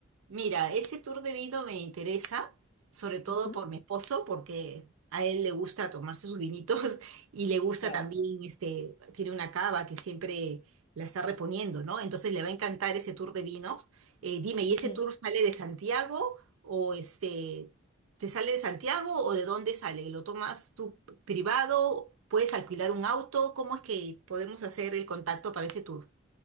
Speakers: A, on the right; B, on the left.
A: Mira, ese tour de vino me interesa, sobre todo
B: Ujú,
A: por mi esposo, porque a él le gusta tomarse sus vinitos <laughs> y le gusta
B: Claro.
A: también, este, tiene una cava que siempre la está reponiendo, ¿no? Entonces le va a encantar ese tour de vinos. Eh, dime, ¿y
B: Ujú.
A: ese tour sale de Santiago o este, te sale de Santiago o de dónde sale? ¿Lo tomas tú privado? ¿Puedes alquilar un auto? ¿Cómo es que podemos hacer el contacto para ese tour?